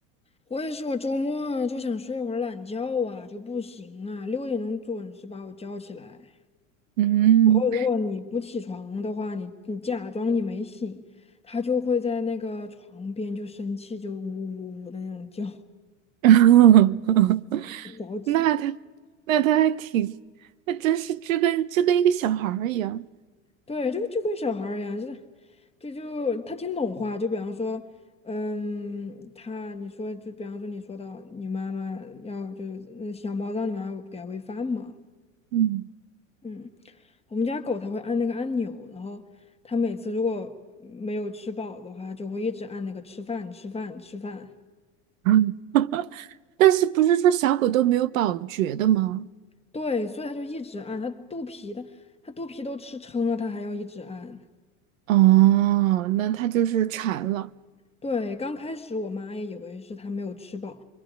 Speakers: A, on the left (about 15°); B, on the right (about 80°).
A: 我也是，我周末就想睡会儿懒觉啊，就不行啊，六点钟准时把我叫起来。
B: 嗯，
A: 然后如果你不起床的话，你你假装你没醒，他就会在那个床边就生气，就呜呜呜的那种叫，
B: <laughs>
A: <laughs> 着急。
B: 那它，那它还挺，那真是就跟就跟一个小孩儿一样。
A: 对，就就跟小孩儿一样，就是，就就他听懂话，就比方说，嗯，他你说就比方说你说到你妈妈要就是嗯小猫让你妈妈给它喂饭嘛，
B: 嗯，
A: 嗯，我们家狗它会按那个按钮，然后它每次如果没有吃饱的话，它就会一直按那个吃饭吃饭吃饭，
B: <clears throat> 嗯，但是不是说小狗都没有保觉的吗？
A: 对，所以它就一直按，它肚皮它它肚皮都吃撑了，它还要一直按。
B: 哦，那它就是馋了。
A: 对，刚开始我妈也以为是他没有吃饱，